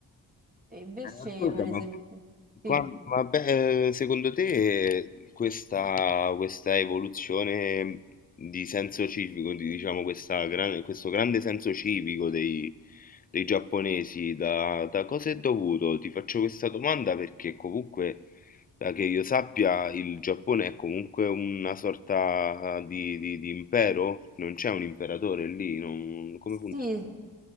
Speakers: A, on the right; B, on the left.
A: e invece,
B: Ascolta,
A: per esempio,
B: ma,
A: sì.
B: qua- ma beh, eh, secondo te questa, questa evoluzione di senso civico, di, diciamo, questa gran- questo grande senso civico dei, dei giapponesi, da, da cosa è dovuto? Ti faccio questa domanda perché comunque, da che io sappia, il Giappone è comunque una sorta di, di- di impero, non c'è un imperatore lì, non- come funziona?
A: Sì,